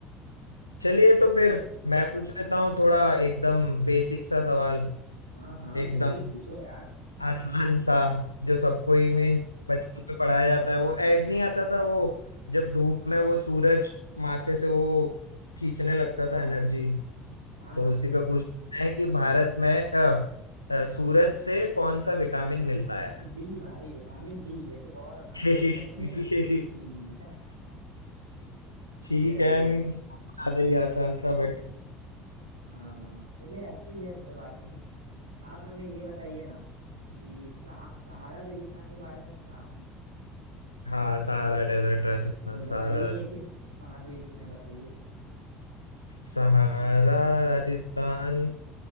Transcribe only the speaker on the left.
चलिए तो फिर
मैं पूछ लेता हूँ थोड़ा एकदम बेसिक सा
सवाल
एकदम
आसान सा जो सबको ही
मीन्स बचपन में पढ़ाया जाता है वो ऐड नहीं आता था वो जब धूप में वो सूरज माथे से वो खींचने लगता
था एनर्जी
तो
उसी पे पूछना है कि भारत में अ, अ, सूरज से कौन सा विटामिन मिलता है
<laughs>
ठीक
है मीन्स ज्यादा ही आसान था बट
हाँ Sahara desert Rajasthan
Sahara
Sahara Rajasthan